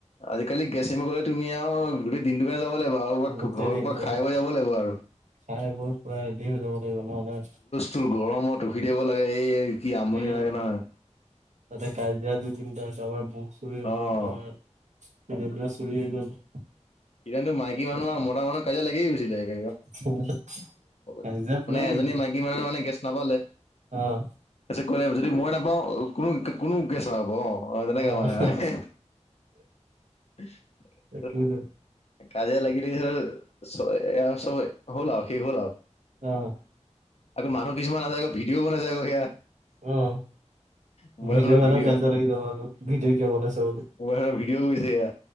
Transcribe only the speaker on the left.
আজিকালি গেছ আনিব গলে তুমি আৰু গোটেই দিনটো কাৰণে যাব লাগিব, আৰু ঘৰ
ঘৰৰ
পৰা খাই
বৈ যাব লাগিব আৰু।
চুল গৰমত ৰখি থাকিব লাগে, এই কি অশান্তি
লাগে নহয়।
অ
সিদিনাতো মাইকী মানুহ আৰু মতা মানুহ কাজিয়া লাগিয়েই গৈছিলে <unintelligible>
<unintelligible>
মানে
এজনী
মাইকী মানুহে মানে গেছ নাপালে।
তাৰ পিছত ক'লে, যদি মই নাপাওঁ কোনো কোনো গেছ নাপাব অ', তেনেকে
মানে আৰু। <unintelligible>
কাজিয় লাগি <unintelligible> হ'লআৰু শেষ হ'লা আৰু।
আকৌ মানুহ কিছুমান আাছে আকৌ ভিডিঅ' বনাইছে আকৌ সেয়া।
মোবাইল
ফোনৰ
ভিডিঅ'
মোবাইল ফোনৰ ভিডিঅ' কৰিছে সেয়া